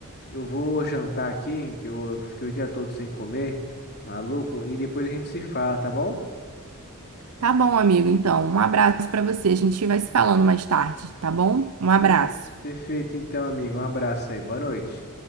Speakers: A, on the left; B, on the right.
A: eu vou jantar aqui, que eu, eu fiquei o dia todo sem comer, maluco, e depois a gente se fala, tá bom?
B: Tá bom, amigo. Então, um abraço pra você. A gente vai se falando mais tarde, tá bom? Um abraço.
A: Per- Perfeito, então, amigo. Um abraço aí. Boa noite.